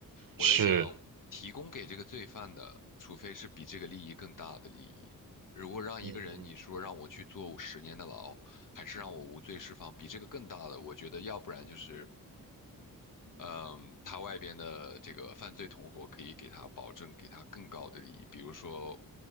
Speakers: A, on the left (about 60°); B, on the right (about 70°).
A: 我在想，
B: 是，
A: 提供给这个罪犯的，除非是比这个利益更大的利益，如果让一个人你说让我去坐十年的牢，
B: 嗯，嗯
A: 还是让我无罪释放，比这个更大的，我觉得要不然就是嗯，他外边的这个犯罪同伙可以给他保证，给他更高的利益，比如说，